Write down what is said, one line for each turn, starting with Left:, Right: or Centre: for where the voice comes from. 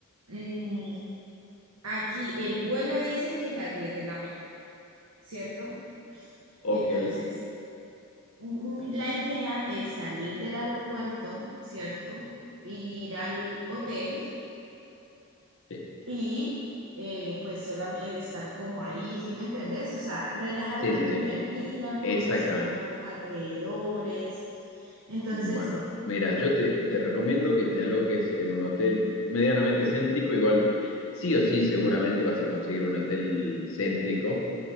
Right: mm, aquí el vuelo dice que las 10 de la mañana, ¿cierto?
Left: Ok.
Right: Entonces, mm, mm, la idea es salir del aeropuerto, ¿cierto? Ir al hotel
Left: Sí.
Right: y eh, pues solamente estar como ahí, ¿sí me entendés? O sea, relajarme
Left: Sí, sí,
Right: el primer
Left: sí,
Right: día,
Left: exactamente.
Right: conocer como los alrededores. Entonces,
Left: Bueno, mira, yo te, te recomiendo que te alojes en un hotel medianamente céntrico, igual sí o sí seguramente vas a conseguir un hotel céntrico